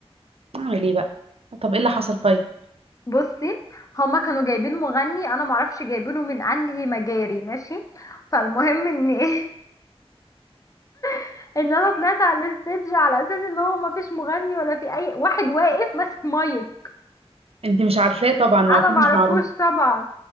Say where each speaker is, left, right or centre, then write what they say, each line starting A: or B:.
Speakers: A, on the right; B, on the left.
A: أعمل إيه بقى طب إيه اللي حصل طيب
B: بصي هما كانوا جايبين مغني انا معرفش جايبينه من انهي مجاري ماشي فالمهم ان ايه <laughs> ان انا طلعت على الستيدج على اساس ان هو مفيش مغني ولا في اي واحد واقف ماسك مايك
A: أنت مش عارفاه طبعا وأكيد
B: انا معرفوش
A: مش معروف
B: طبعا